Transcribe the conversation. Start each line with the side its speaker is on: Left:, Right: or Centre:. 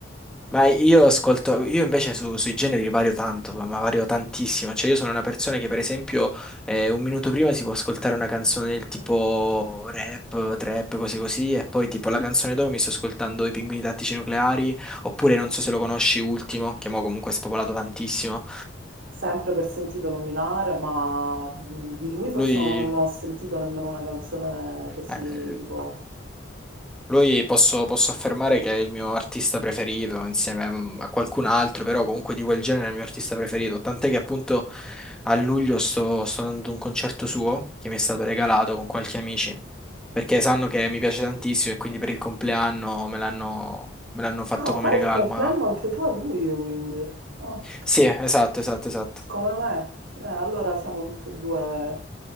Centre: Ma io ascolto, io invece su- sui generi vario tanto, ma ma vario tantissimo. Cioè, io sono una persona che, per esempio, eh, un minuto prima si può ascoltare una canzone del tipo rap, trap, cose così, e poi tipo la canzone dopo mi sto ascoltando I Pinguini Tattici Nucleari, oppure non so se lo conosci, Ultimo, che mo comunque è spopolato tantissimo.
Right: Sempre per sentito nominare, ma mh, di lui forse
Centre: Lui.
Right: non, non ho sentito nemmeno una canzone così
Centre: eh,
Right: tipo...
Centre: Lui posso, posso affermare che è il mio artista preferito insieme a a qualcun altro, però comunque di quel genere è il mio artista preferito. Tant'è che appunto a luglio sto, sto andando a un concerto suo che mi è stato regalato con qualche amici, perché sanno che mi piace tantissimo e quindi per il compleanno me l'hanno me l'hanno fatto
Right: Ah,
Centre: come
Right: fai
Centre: regalo.
Right: il compleanno
Centre: Ma
Right: anche tu a luglio, quindi. Ah.
Centre: sì, esatto, esatto, esatto.
Right: Come me? Eh, allora siamo tutti e due